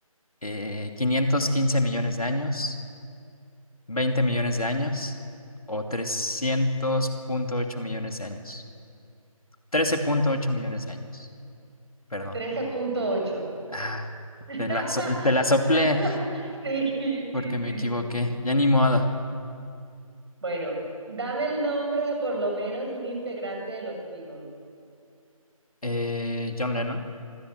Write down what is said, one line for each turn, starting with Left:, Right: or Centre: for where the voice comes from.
Left: Eh, ¿515 millones de años? veinte millones de años? ¿O trescientos punto ocho millones de años? trece punto ocho millones de años. Perdón.
Right: Trece punto ocho.
Left: Ah,
Right: <laughs>
Left: te la, so- te la soplé.
Right: Sí,
Left: porque
Right: sí,
Left: me
Right: sí,
Left: equivoqué.
Right: sí.
Left: Ya ni modo.
Right: Bueno, dame el nombre de por lo menos un integrante de los Beatles.
Left: Eh, John Lennon.